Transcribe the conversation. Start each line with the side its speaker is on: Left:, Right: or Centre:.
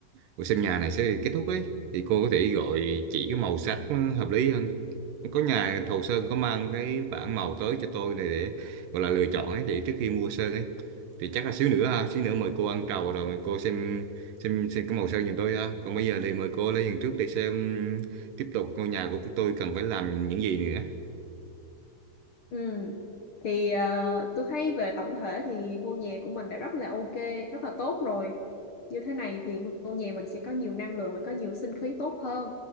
Right: buổi xem nhà này sẽ kết thúc ấy thì cô có thể gọi chỉ cái màu sắc nó hợp lý hơn có nhà thầu sơn có mang cái bảng màu tới cho tôi này để gọi là lựa chọn ấy để trước khi mua sơn ấy thì chắc là xíu nữa ha xíu nữa mời cô ăn trầu rồi mời cô xem xem xem cái màu sơn giùm tôi ha còn bây giờ thì mời cô lấy giường trước để xem tiếp tục ngôi nhà của tôi cần phải làm những gì nữa
Left: Ừ. Thì ờ, tôi thấy về tổng thể thì ngôi nhà của mình đã rất là ok, rất là tốt rồi. Như thế này thì ngôi nhà mình sẽ có nhiều năng lượng và có nhiều sinh khí tốt hơn.